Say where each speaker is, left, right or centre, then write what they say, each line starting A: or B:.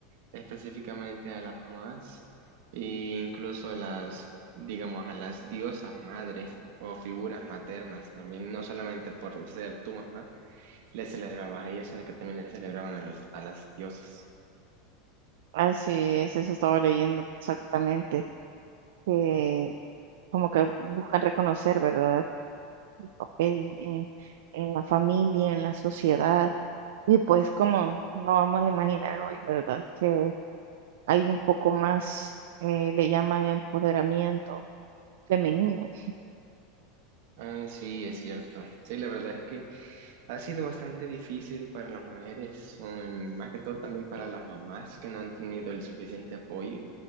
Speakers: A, on the right; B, on the right.
A: específicamente a las mamás e incluso a las, digamos, a las diosas madres o figuras maternas también, no solamente por ser tu mamá, le celebrabas a ellas, sino que también le celebraban a los, a las diosas.
B: Así es, eso estaba leyendo exactamente, que como que buscan reconocer, ¿verdad?, el papel en en la familia, en la sociedad Y pues como no vamos a imaginar hoy, ¿verdad? Que hay un poco más, eh, le llaman empoderamiento femenino.
A: Ah, sí, es cierto. Sí, la verdad es que ha sido bastante difícil para las mujeres, um, más que todo también para las mamás que no han tenido el suficiente apoyo